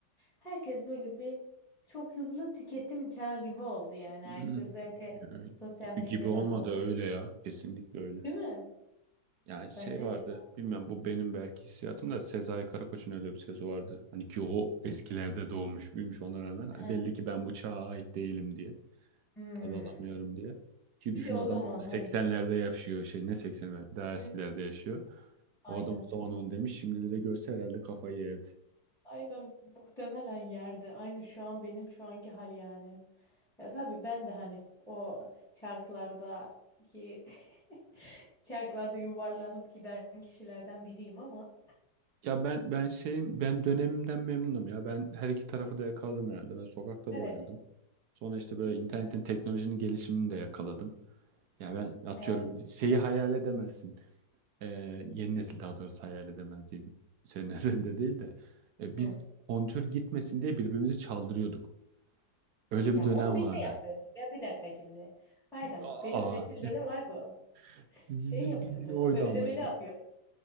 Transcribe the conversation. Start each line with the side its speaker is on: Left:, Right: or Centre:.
Centre: herkes böyle bir çok hızlı tüketim çağı gibi oldu yani
Right: Hmm.
Centre: artık özellikle
Right: Öyle.
Centre: sosyal
Right: Gibi
Centre: medyadan
Right: gibi olmadı
Centre: o hız
Right: öyle ya. Kesinlikle öyle.
Centre: değil mi
Right: Yani şey
Centre: bence
Right: vardı.
Centre: de
Right: Bilmiyorum bu benim belki hissiyatım da Sezai Karakoç'un öyle bir sözü vardı. Hani ki o eskilerde doğmuş büyümüş ona rağmen.
Centre: <laughs>
Right: Hani belli ki ben bu çağa ait değilim diye.
Centre: Hmm.
Right: Tad alamıyorum diye. Ki
Centre: bir
Right: düşün
Centre: de o
Right: adam
Centre: zaman
Right: onu 80'lerde
Centre: hani
Right: yaşıyor. Şey ne 80'lerde daha eskilerde
Centre: aynen
Right: yaşıyor.
Centre: aynen.
Right: O adam o zaman onu demiş. Şimdilere görse herhalde kafayı yerdi.
Centre: Aynen muhtemelen yerde. Aynı şu an benim şu anki hal yani. Ya tabii ben de hani o çarklardaki <laughs> çarklarda yuvarlanıp giden kişilerden biriyim ama
Right: Ya ben ben şeyim ben dönemimden memnunum ya. Ben her iki tarafı da yakaladım herhalde. Ben sokakta
Centre: evet
Right: da oynadım. Sonra işte
Centre: cidden.
Right: böyle internetin teknolojinin gelişimini de yakaladım. Ya ben atıyorum
Centre: Evet.
Right: şeyi hayal edemezsin. Ee, yeni nesil daha doğrusu hayal edemez diyeyim. Senin <laughs> üzerinde değil de. E, biz
Centre: Hı.
Right: kontür gitmesin diye birbirimizi çaldırıyorduk. Öyle
Centre: Ya
Right: bir dönem
Centre: onu biz
Right: vardı.
Centre: de yapıyorduk ya bir dakika şimdi. Aynen.
Right: Aa,
Centre: Benim nesilde de vardı o.
Right: <laughs> bildiğin
Centre: Şey yapıyorduk.
Right: oydu
Centre: Ödemeli
Right: amaç.
Centre: atıyorduk.